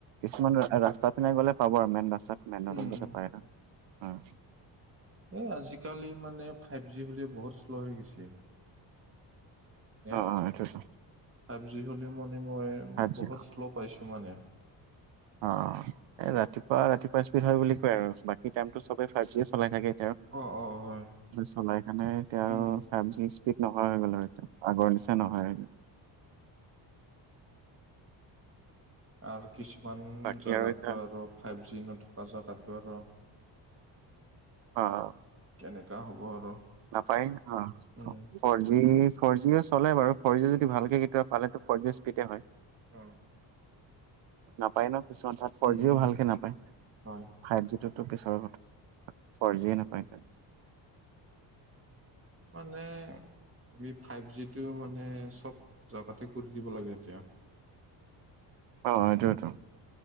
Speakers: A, on the right (about 80°); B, on the right (about 30°).
A: কিছুমান ৰাস্তা পিনোই গ'লে পাব আৰু মেইন ৰাস্তাত মেইন ৰোডত
B: উম
A: গোতে
B: উম
A: পায় আৰু। অ'।
B: এই আজিকালি মানে ফাইভ জি হ'লে বহুত শ্ল' হৈ গৈছে। নেট
A: অ', অ', হেটোৱেটো।
B: ফাইভ জি হ'লে মনে মই বহুত
A: জি
B: শ্ল' পাইছো মানে।
A: অঁ, ৰাতিপুৱা ৰাতিপুৱা স্পীড হয় বুলি কয় আৰু, বাকী টাইমতটো চবেই ফাইভ জি চলাই থাকে।
B: অ অ হয়
A: চলাই খানে এতিয়া
B: উম
A: ফাইভ জি স্পীড নোহোৱা হৈ গ'ল আৰু এতিয়া। আগৰ
B: উম
A: নিচিনা নহয়।
B: উম আৰু কিছুমান
A: বাকী
B: জেগাতটো
A: আৰু এতিয়া
B: আৰু ফাইভ জি নথকা জেগাতটো আৰু।
A: অঁ
B: কেনেকুৱা হ'ব আৰু।
A: নাপায় অঁ।
B: Um
A: four G four Jio চলে বাৰু, ফ'ৰ জি যদি ভালকে কেতিয়াবা পালে ফ'ৰ জি স্পীডে হয়।
B: অ।
A: নাপায় ন, কিছুমান তাত ফৰ
B: উম
A: জিয়ো
B: উম
A: ভালকে নাপায়।
B: হয়
A: ফাইভ জিটোতো পিছৰ কথা, ফৰ জিয়ে নাপায় এতিয়া।
B: মানে আমি ফাইভ জিটো মানে চব জেগাতে কৰি দিব লাগে এতিয়া। মানে
A: অঁ সেইটোৱেটো